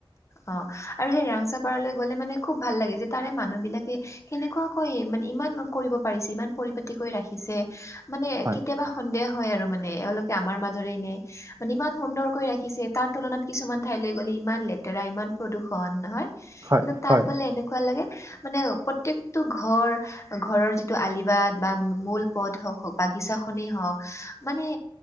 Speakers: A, on the left; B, on the right.
A: অ' আৰু সেই ৰাংচা পাৰালৈ গ'লে মানে খুব ভাল লাগে যে তাৰে মানুহ বিলাকে। কেনেকুৱাকৈ মানে ইমান কৰিব পাৰিছে, ইমান পৰিপাট কৰি ৰাখিছে মানে
B: হয়
A: কেতিয়াবা। সন্দেহ হয় আৰু মানে এওঁলোকে আমাৰ মাজৰে নে। মানে ইমান সুন্দৰকৈ ৰাখিছে, তাৰ তুলনাত কিছুমান ঠাইলৈ গ'লে ইমান লেট। লেতেৰা, ইমান প্ৰদূ্ষন নহয়
B: হয়
A: কিন্তু তাত
B: হয়
A: গ'লে এনেকুৱা লাগে। মানে প্ৰত্যেকটো ঘৰ। ঘৰৰ যিটো আলিবাট বা, মূল পথ হওক বাগিছাখনেই হওক মানে।